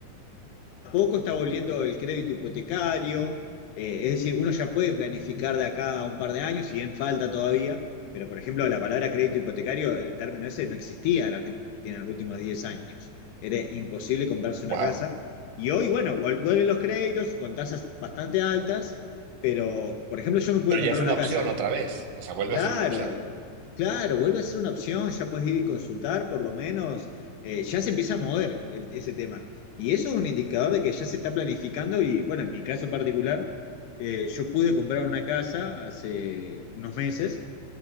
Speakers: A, on the left; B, on the right.
A: poco está volviendo el crédito hipotecario, eh, es decir, uno ya puede planificar de acá a un par de años, si bien falta todavía, pero por ejemplo la palabra crédito hipotecario, el término ese no existía en la Argentina en los últimos 10 años. Era imposible comprarse una
B: Wow.
A: casa. Y hoy, bueno, vuelven los créditos con tasas bastante altas, pero por ejemplo yo me pude
B: Pero ya
A: comprar
B: es una
A: una
B: opción
A: casa
B: otra vez. O sea, vuelve
A: Claro,
B: a ser una opción.
A: claro, vuelve a ser una opción, ya puedes ir y consultar, por lo menos, eh, ya se empieza a mover el- ese tema. Y eso es un indicador de que ya se está planificando y, bueno, en mi caso particular, eh, yo pude comprar una casa hace unos meses